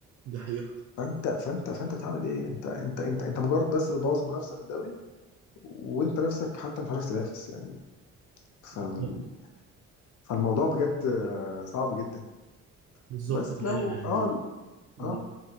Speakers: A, on the right; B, on the left.
A: دي حقيقه
B: فانت فانت فانت بتعمل ايه انت انت انت انت مجرد بس بتبوظ المنافسه في الدوري وانت نفسك حتى مش عارف تنافس يعني فال...
A: بالظبط
B: فالموضوع بجد آه، صعب جدا
A: بالظبط،
B: بس
A: دي
B: لو
A: حقيقه يعني
B: اه
A: مم.
B: اه